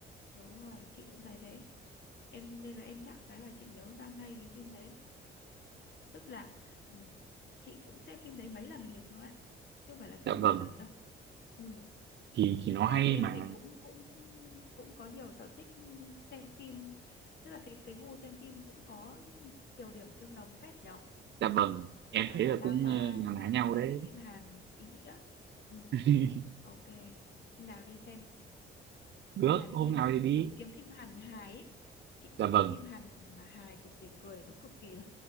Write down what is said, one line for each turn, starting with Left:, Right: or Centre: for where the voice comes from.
Left: đúng rồi chị cũng thấy thế em nên là em nhắc cái là chị nhớ ra ngay cái phim đấy tức là ừ, chị cũng xem phim đấy mấy lần liền cơ ấy chứ không phải là xem
Right: dạ
Left: một
Right: vâng
Left: lần đâu ừ.
Right: thì thì
Left: chính
Right: nó
Left: ra
Right: hay
Left: chị em
Right: mà
Left: mình cũng cũng cũng có nhiều sở thích xem phim tức là cái cái gu xem phim cũng có nhiều điểm tương đồng phết nhở
Right: dạ vâng em
Left: nào
Right: thấy
Left: là
Right: là
Left: Lava
Right: cũng ờ, là
Left: nào
Right: lá nhau
Left: là mấy
Right: đấy
Left: cái phim Hàn ý nghĩa ừ
Right: <laughs>
Left: ok hôm nào đi xem
Right: được
Left: hôm nào đi
Right: hôm
Left: xem
Right: nào
Left: phim
Right: thì đi
Left: kiếm kiếm phim Hàn hài ấy chị
Right: dạ
Left: thích
Right: vâng
Left: phim Hàn mà hài cực kỳ cười nó cực kỳ là